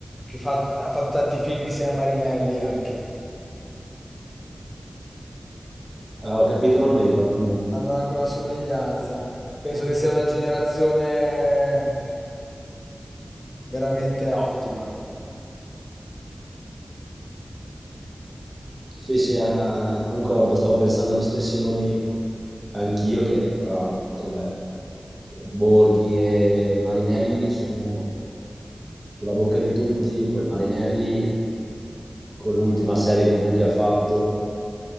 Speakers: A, on the left; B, on the right.
A: che fa- ha fatto tanti film insieme a Marinelli anche.
B: Ah, ho capito, ma non mi ricordo il nome.
A: hanno anche una somiglianza. Penso che sia una generazione veramente ottima.
B: Sì, sì, ah, concordo, stavo pensando agli stessi nomi anch'io, che tra l'altro, beh, Borghi e Marinelli sono sulla bocca di tutti, poi Marinelli con l'ultima serie TV che ha fatto.